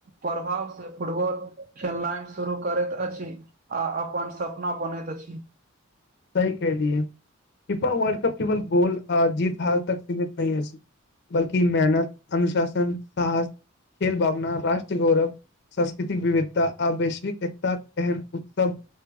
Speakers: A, on the right (about 40°); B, on the left (about 50°).
A: प्रभाव से फुटबॉल। खेलनाइ शुरू करैत अछि, आ अपन सपना बनैत अछि।
B: सही कहलियै। पिपा वर्ल्ड कप केवल गोल, आ जीत-हार तक सीमित नहि अइछ। बल्कि मेहनत, अनुशासन, साहस, खेल भावना, राष्ट्र गौरव। सांस्कृतिक विविधता आ वैश्विक एकताक एहन उत्सव।